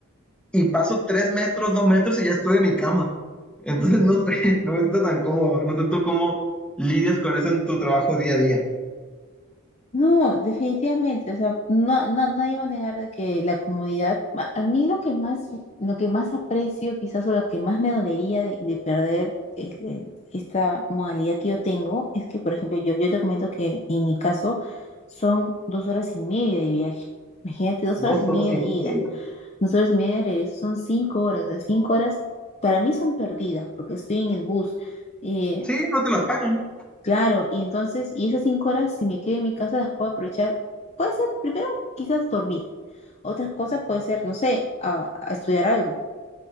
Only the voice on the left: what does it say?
No, definitivamente, o sea, no, no, nadie va a negar de que la comunidad, ma- a mí lo que más, lo que más aprecio quizás o lo que más me dolería de, de perder el- el- esta modalidad que yo tengo es que, por ejemplo, yo, yo te comento que en mi caso son dos horas y media de viaje. Imagínate, dos
horas y media
de
ida, dos horas y media de regreso, son cinco horas, o sea, cinco horas para mí son perdidas porque estoy en el bus. eh,
Claro, y entonces, y esas cinco horas, si me quedo en mi casa, las puedo aprovechar. Puede ser, primero, quizás dormir. Otras cosas puede ser, no sé, a, a estudiar algo,